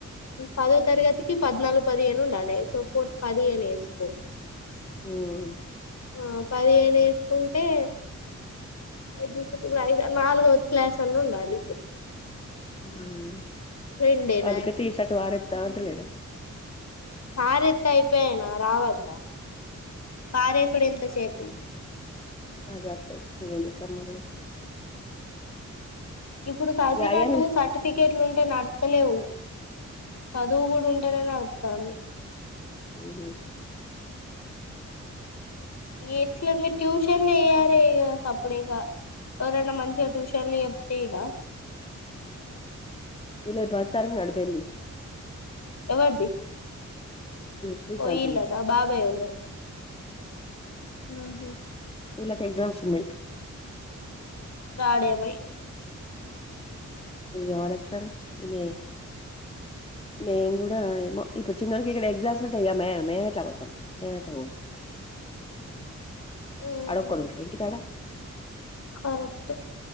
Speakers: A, on the left; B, on the left.
A: పదో తరగతికి పద్నాలుగు పదిహేను ఉండాలి సో ప పదిహేను వేసుకో
B: ఉమ్
A: ఆ పదిహేను వేసుకుంటే అ కూడా ఐద నాలుగవది క్లాస్ అన్న ఉండాలి ఇప్పుడు
B: ఉమ్
A: రెండేనా
B: అందుక తీసట్టు వార దాటలేడు
A: పారెత్తే అయిపోయనా రావద్దా పారసుడు ఎంతసేపు
B: <unintelligible> ఏం చెతమ్ మరి
A: ఇప్పుడు సద్వినట్టు
B: ఇగ అయ్యాను
A: సర్టిఫికేట్ ఇట్లు ఉంటే నడతలేవు చదువు కూడా ఉంటేనే నడుస్తుంది
B: ఉహుమ్
A: ఎట్ల ట్యూషన్లు వయ్యారే సప్పుడేక ఎవరనా మంచిగా ట్యూషన్లు చెప్తే ఈడా
B: ఇలా మతారుంగ అడపోేంది
A: ఎవరిది
B: శ్రీకాంత్ది
A: పోయిల్లట ఆ బాబాయ ఉ లేదు ఊహు
B: ఈల్ల కెగ్జామ్స్ ఉన్నాయ్
A: రాడేమొ ఇగ
B: ఎవలొత్తారు మే మేము కూడా ఏమో ఇప్పుడు చిన్నవరకి ఇక్కడ ఎగ్జామ్స్ ఉంటాయి మే మేము ఎట్లా పోతాం మే ఎ పో
A: ఉమ్
B: అడ కొఇంటి కాడా
A: కరెక్ట్